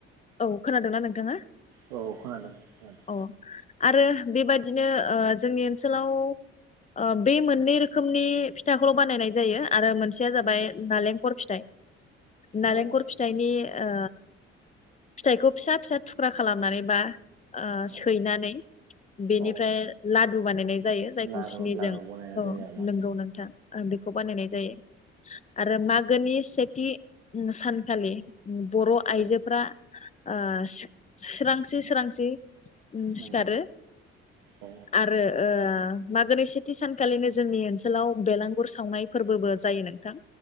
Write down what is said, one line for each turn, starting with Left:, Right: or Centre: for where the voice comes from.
Left: औ खोनादोंना नोंथाङा?
Right: औ खोनादों, खोनादों।
Left: अ आरो बेबादिनो ओ जोंनि ओनसोलाव ओ बे मोननै रोखोमनि फिथाखौल' बानायनाय जायो आरो मोनसेया जाबाय
Right: नंगौ
Left: नालेंखर फिथाइ, नालेंखर
Right: औ औ
Left: फिथाइनि ओ फिथाइखौ फिसा-फिसा थुख्रा खालामनानै बा
Right: औ
Left: सैनानै बेनिफ्राय
Right: औ औ
Left: लादु बानायनाय जायो जायखौ
Right: लारु
Left: सिनिजों
Right: लारु बानायनाय
Left: औ,
Right: जायो आरोना
Left: नोंगौ नोंथां। ओ बेखौ बानायनाय जायो आरो मागोनि सेथि सानखालि बर' आइजोफ्रा
Right: औ
Left: ओ सो-सोरांसि सोरांसि
Right: नंगौ
Left: सिखारो
Right: औ
Left: आरो ओ मागोनि सेथि सानखालिनो जोंनि ओनसोलाव बेलांगुर सावनाय फोरबोबो जायो नोंथां।